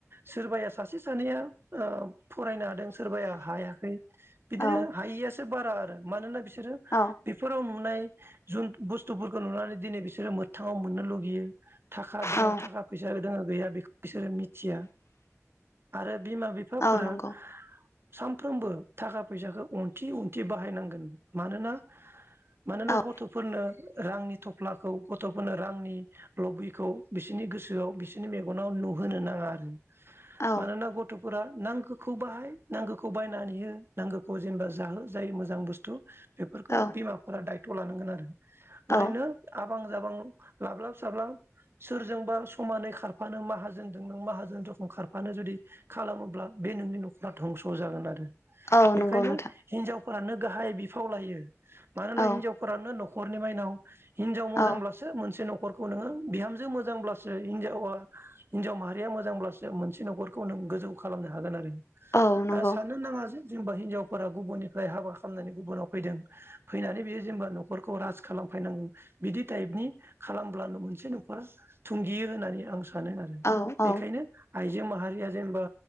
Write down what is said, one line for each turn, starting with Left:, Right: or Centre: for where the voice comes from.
Right: सोरबाया सासे सानैया ओ फरायनो हादों सोरबाया हायाखै बिदिनो
Left: औ
Right: हायैयासो बारा आरो मानोना बिसोरो
Left: औ
Right: बेफोराव नाय जुन बुस्थुफोरखौ नुनानै दिनै बिसोरो मोगथाङाव मोननो लुगैयो। थाखा दङ
Left: औ
Right: थाखा फैसा दङो गैया बेखौ बिसोरो मिथिया <inaudible> आरो बिमा बिफाफोरा
Left: औ नंगौ
Right: सानफ्रोमबो थाखा फैसाखौ उनथि उनथि बाहायनांगोन मानोना मानोना
Left: औ
Right: गथ'फोरनो रांनि थफ्लाखौ गथ'फोरनो रांनि लबिखौ बिसोरनि गोसोआव बिसोरनि मेगनाव नुहोनो नाङा आरो
Left: औ
Right: मानोना गथ'फोरा नांगौ खौ बाहाय नांगौखौ बायनानै हो नांगौखौ जेनेबा जाहो जायो मोजां बुस्थु बेफोरखौ
Left: औ
Right: बिमा दायथ' लानांगोन आरो ओरैनो
Left: औ
Right: जाबां जाबां लाब्लाब साब्लाब सोरजोंबा समानै खारफानो माहाजोनजों नों माहाजोन रोखोम खारफानो जुदि खालामोब्ला बे नोंनि न'खरा धंस' जागोन आरो
Left: औ
Right: बेखायनो
Left: नंगौ नोंथां
Right: हिनजाव फोरानो गाहाय बिफाव लायो । मानोना
Left: औ
Right: हिन्जावफोरानो न' खरनि मायनाव हिनजाव मोजांब्लासो
Left: औ
Right: मोनसे न'खर न'खरखौ नोङो बिहामजो मोजांब्लासो हिनजावा हिनजाव माहारिया मोजांब्लासो मोनसे न'खरखौ नों गोजौ खालामनो हागोन आरो
Left: औ नंगौ
Right: ओ साननो नाङा जे जेनेबा हिनजावफोरा गुबुननिफ्राय हाबा खालामनानै गुबुनाव फैदों । फैनानै बियो जेनेबा न'खरखौ राज खालामफैनांगौ बिदि टाइपनि खालामब्लानो मोनसे न'खरा थुंगियो होननानै आं सा नो आरो
Left: औ औ
Right: बेखायनो आइजो माहारिया जेनेबा